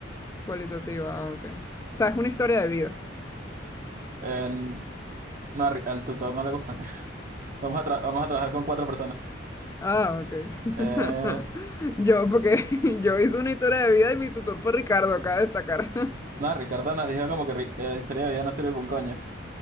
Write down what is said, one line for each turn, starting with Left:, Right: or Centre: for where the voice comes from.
Left: Cualitativa, ah, ok. O sea, es una historia de vida.
Right: Eh, no, a Ri- al tutor no le gustan. <laughs> Vamos a, tra- vamos a trabajar con cuatro personas.
Left: Ah, ok.
Right: Es...
Left: <laughs> Yo, porque <laughs> yo hice una historia de vida y mi tutor fue Ricardo, acá de destacar.
Right: No, Ricardo nos dijo como que Ri- eh, historia de vida no sirve para un coño.